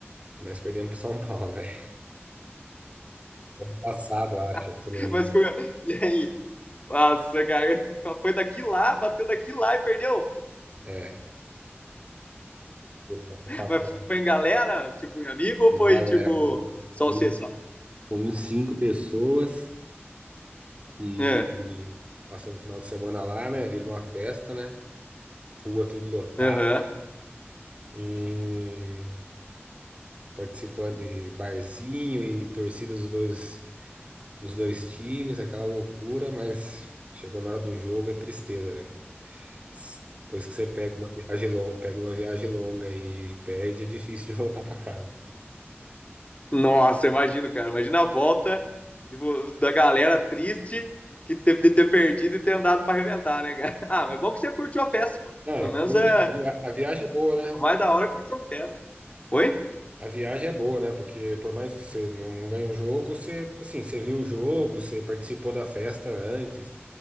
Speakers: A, on the right (about 30°); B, on the left (about 30°).
A: E nós perdemos pro São Paulo, <laughs> velho. Ano passado, acho,
B: <laughs>
A: se eu não me
B: Mas
A: engano.
B: como eu... E aí? Nossa, cara, foi daqui lá, bateu daqui lá e perdeu.
A: É. ano passado.
B: Mas foi em galera, tipo, em amigo ou
A: Uma
B: foi,
A: galera,
B: tipo,
A: fomos,
B: só
A: fomos,
B: você só?
A: fomos cinco pessoas e,
B: É,
A: e passamos o final de semana lá, né? Vira uma festa, né? Rua tudo lotada.
B: aham.
A: e participando de barzinho e torcida dos dois, dos dois times, aquela loucura, mas chegou na hora do jogo, é tristeza, velho. S- Depois que você pega uma viagem longa, pega uma viagem longa e perde, é difícil de <laughs> voltar pra casa.
B: Nossa, imagino, cara. Imagina a volta tipo, da galera triste que teve de ter perdido e ter andado pra arrebentar, né, cara? <laughs> Ah, mas é bom que você curtiu a festa, pô.
A: Não, é
B: Pelo menos
A: curte.
B: é
A: A via- a viagem é boa,
B: o
A: né?
B: mais da hora é curtir a festa. Oi?
A: A viagem é boa, né? Porque por mais que você não, não ganhe o jogo, você, tipo assim, você viu o jogo, você participou da festa antes.